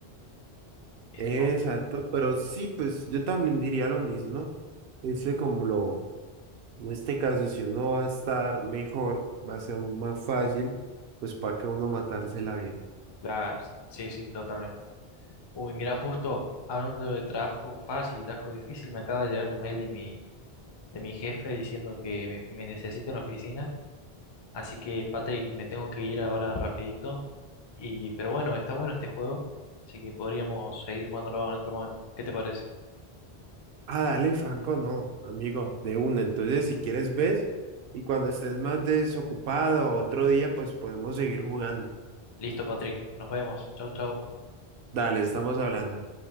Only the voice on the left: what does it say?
Esto,
claro, sí, sí, sí, totalmente. Uy, mira, justo hablando de trabajo fácil, trabajo difícil, me acaba de llegar un mail de mi, de mi jefe diciendo que me, me necesita en la oficina. Así que, Patrick, me tengo que ir ahora rapidito. Y, pero bueno, está bueno este juego, así que podríamos seguir jugándolo en otro momento. ¿Qué te parece?
Listo, Patrick. Nos vemos. Chau, chau.